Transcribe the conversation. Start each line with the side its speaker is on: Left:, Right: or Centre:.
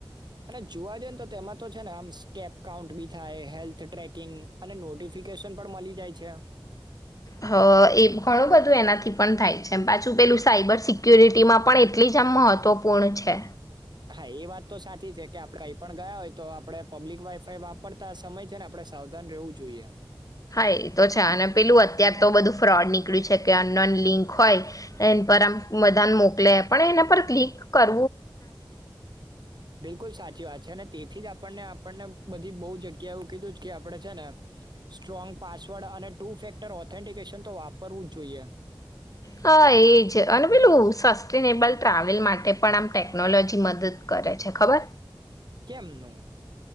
Right: અને જોવા જઈને તો તેમાં. તો છે ને આમ સ્ટેપ કાઉન્ટ બી થાય હેલ્થ ટ્રેકિંગ અને નોટિફિકેશન પણ મળી જાય છે.
Left: હ એ ઘણું બધું એનાથી પણ થાય છે પાછું પેલું સાઈબર સિકુરિટીમાં પણ એટલી જ આમ મહત્વપૂર્ણ છે.
Right: હા એ વાત તો સાચી છે કે આપણે અહીં પણ ગયા હોય તો આપડણે પબ્લિક વાઈફાઈ વાપરતા સમય છે ને આપડણે સાવધાન રહેવું જોઈએ.
Left: હા એ તો છે અને પેલું અત્યાર તો બધું ફ્રોડ નીકળ્યું છે કે અનન લિંક હોય એ પર આમ બધાાન મોકલે પણ એના પર ક્લિક કરો.
Right: બિલકુલ સાચી વાત છે ને તેથી જ આપણને આપણને બધી બોજ જગ્યા એવું કીધું કે આપણે છે ને સ્ટ્રોંગ પાસવર્ડ અને ટુ ફેક્ટર ઓથેન્ટિકેશન તો વાપરવું જ જોઈએ.
Left: હા એજ અને પેલું સસ્ટેનેબલ ટ્રાવેલ માટે પણ આમ ટેકનોલોજી મદદ કરે છે ખબર.
Right: કેમ નું.